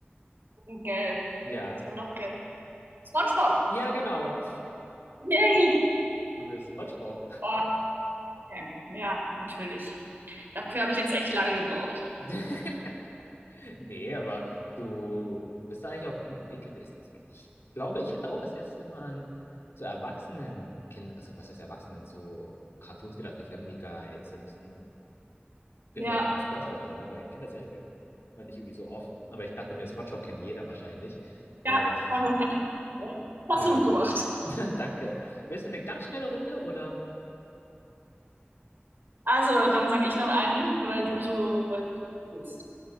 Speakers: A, on the right; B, on the left.
A: Und gelb.
B: Ja.
A: Was ist denn noch gelb? SpongeBob.
B: Ja, genau.
A: Yay.
B: Du bist SpongeBob.
A: Ah, okay. Ja, natürlich. Dafür habe ich jetzt echt lange gebraucht.
B: <laughs> Nee, aber du bist da eigentlich auf einem guten Weg gewesen. Also ich glaube, ich hätte auch als erstes immer an so Erwachsenen, Kind, also was heißt Erwachsenen, so Cartoons gedacht wie Family Guy, Simpson. bevor
A: Ja,
B: ich dann auf SpongeBob komme, ne? weil Kinderserie denkt man nicht irgendwie so oft. Aber ich dachte mir, SpongeBob kennt jeder wahrscheinlich. Darum,
A: ja, SpongeBob kennt. Hast
B: ja.
A: du gut gemacht.
B: <laughs> Danke. Willst du eine ganz schnelle Runde oder?
A: Also, dann sag ich noch einen, weil
B: Ja.
A: du so weil du so bist.